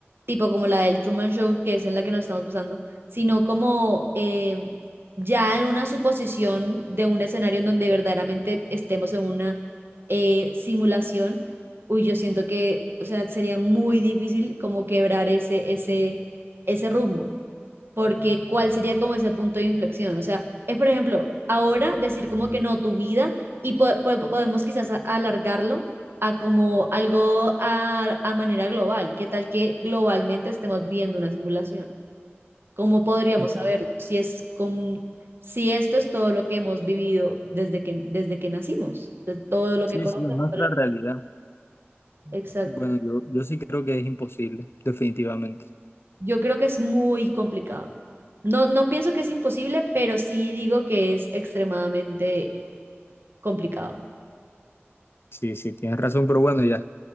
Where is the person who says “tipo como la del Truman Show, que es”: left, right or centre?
Right